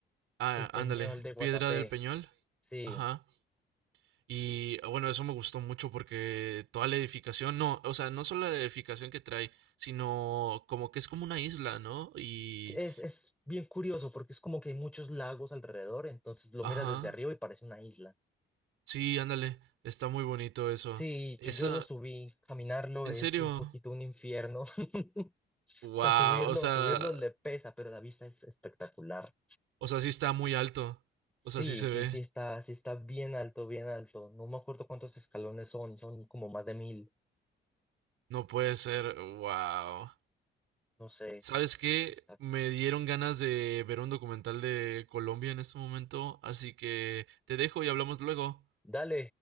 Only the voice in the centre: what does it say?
el Peñol
de Guatapé.
Sí.
Es, es bien curioso porque es como que hay muchos lagos alrededor, entonces lo
miras desde arriba y parece una isla.
Sí,
yo, yo lo subí, caminarlo
es
un poquito un infierno. <laughs>
O sea, subirlo,
subirlo le pesa, pero la vista es espectacular.
Sí,
sí,
sí está, sí está bien alto, bien alto. No me acuerdo cuántos escalones son, son como más de mil,
no sé,
pero está.
Dale,